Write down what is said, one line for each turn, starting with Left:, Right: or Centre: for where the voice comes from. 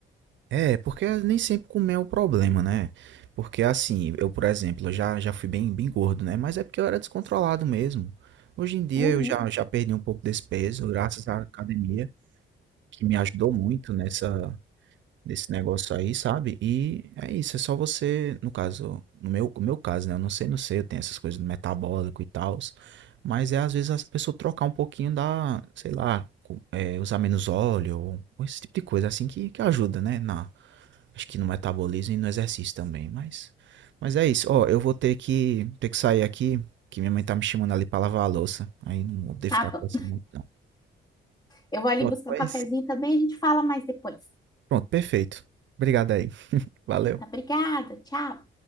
Right: É, porque nem sempre comer é o problema, né? Porque, assim, eu, por exemplo, eu já, já fui bem, bem gordo, né? Mas é porque eu era descontrolado mesmo. Hoje em dia
Left: Uhum.
Right: eu já, já perdi um pouco desse peso, graças à academia. que me ajudou muito nessa nesse negócio aí, sabe? E é isso, é só você, no caso, no meu, no meu caso, né? Eu não sei, não sei, eu tenho essas coisas do metabólico e tal, mas é às vezes a pessoa trocar um pouquinho da, sei lá, co- é, usar menos óleo, ou ou esse tipo de coisa assim que, que ajuda, né? Na, acho que no metabolismo e no exercício também, mas mas é isso. Ó, eu vou ter que ter que sair aqui, que minha mãe tá me chamando ali pra lavar a louça. Aí não vou poder
Left: Tá
Right: ficar
Left: bom.
Right: conversando muito, não.
Left: Eu vou ali
Right: Pronto,
Left: buscar
Right: mas
Left: um cafezinho também, a gente fala mais depois.
Right: pronto, perfeito. Obrigado aí. Valeu.
Left: Então, tá, obrigada, tchau.